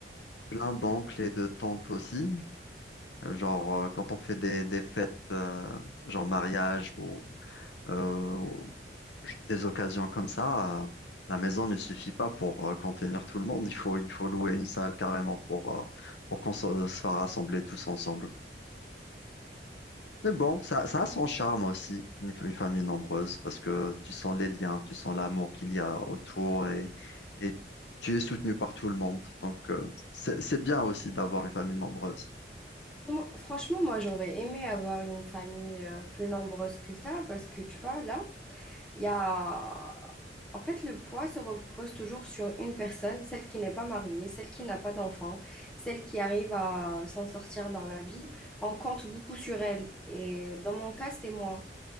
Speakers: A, on the left; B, in the centre.
A: plein d'oncles et de tantes aussi. Euh, Genre, euh, quand on fait des, des fêtes, euh, genre mariage ou euh, ou des occasions comme ça, euh, la maison ne suffit pas pour euh, contenir tout le monde. Il faut, il faut louer une salle carrément pour, euh, pour qu'on se, se fasse rassembler tous ensemble. Mais bon, ça, ça a son charme aussi, une, f- une famille nombreuse, parce que tu sens les liens, tu sens l'amour qu'il y a autour et, et tu es soutenu par tout le monde. Donc, euh, c'est, c'est bien aussi d'avoir une famille nombreuse.
B: Moi- Franchement, moi, j'aurais aimé avoir une famille euh, plus nombreuse que ça, parce que, tu vois, là, Il y a... En fait, le poids se repose toujours sur une personne, celle qui n'est pas mariée, celle qui n'a pas d'enfant, celle qui arrive à s'en sortir dans la vie. On compte beaucoup sur elle. Et dans mon cas, c'est moi.